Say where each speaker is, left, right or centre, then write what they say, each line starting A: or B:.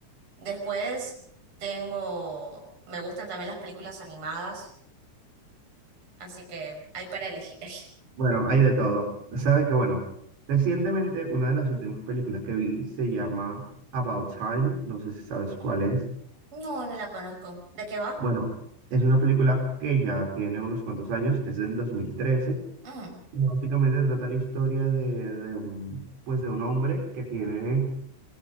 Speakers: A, on the right; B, on the right.
A: Después tengo, me gustan también las películas animadas. Así que hay para elegir. <laughs> ahí.
B: Bueno, hay de todo. Sabes que, bueno, recientemente una de las últimas películas que vi se llama About Time, no sé si sabes cuál es.
A: No, no la conozco. ¿De qué va?
B: Bueno, es una película que ya tiene unos cuantos años, es del dos mil trece
A: Mm,
B: Y básicamente trata la historia de, de un, pues de un hombre que tiene